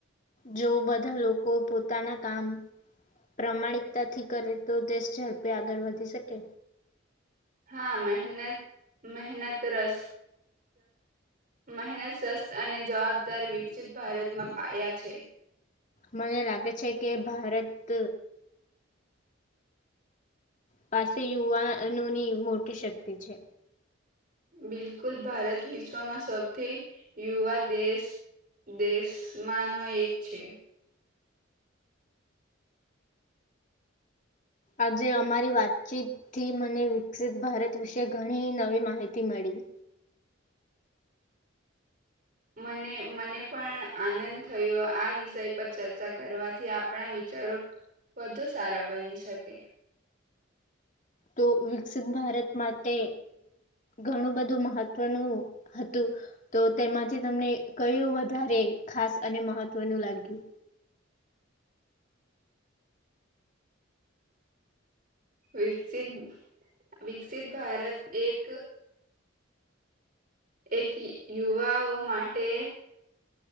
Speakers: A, on the left; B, on the right.
A: જો બધા લોકો પોતાના કામ પ્રામાણિકતાથી કરે તો દેશ ઝડપે આગળ વધી શકે
B: હા મહેનત મહેનતરસ મહેનત સસ્ત અને જવાબદાર વિકસિત ભારતમાં પાયા છે
A: મને લાગે છે કે ભારત પાસે યુવાનોની મોટી શક્તિ છે
B: બિલકુલ ભારત વિશ્વમાં સૌથી યુવા દેશ દેશમાંનો એક છે
A: આજે અમારી વાતચીત થી મને વિકસિત ભારત વિશે ઘણી નવી માહિતી મળી
B: મને મને પણ આનંદ થયો આ વિષય પર ચર્ચા કરવાથી આપણા વિચારો વધુ સારા બની શકે
A: તો વિકસિત ભારત માટે ઘણું બધું મહત્વનું હતું તો તેમાંથી તમને કયું વધારે ખાસ અને મહત્વનું લાગ્યું
B: વિકસિત વિકસિત ભારત એક એક યુવાઓ માટે